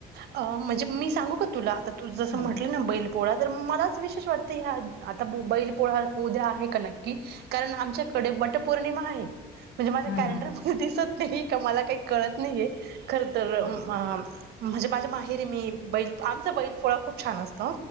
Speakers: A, on the right; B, on the left.
A: अ म्हणजे मी सांगू का तुला आता त जसं
B: हा
A: म्हटलं
B: हा
A: ना बैल पोळा तर मलाच विशेष वाटत ह्या आ ब बैल पळा उद्या आहे का नक्की कारण आमच्याकडे वट पौर्णिमा आहे म्हणजे माझ्या
B: हा
A: कॅलेंडर
B: हा हा
A: म दिसत नाही का मला काही कळत नाहीये खर तरर
B: असं
A: म्हणजे माझ्या माहेरी मी बैल आमचा बैल पोळा खूप छान असत